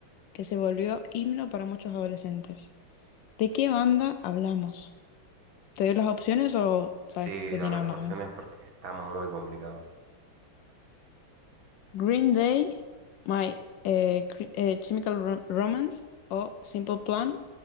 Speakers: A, on the left (about 75°); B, on the right (about 75°).
A: que se volvió himno para muchos adolescentes. ¿De qué banda hablamos? ¿Te doy las opciones o sabes
B: Sí,
A: de
B: dame
A: quién hablamos?
B: las opciones porque está muy complicado.
A: Green Day, My eh, Cri- eh, Chemical Rom- Romance o Simple Plan.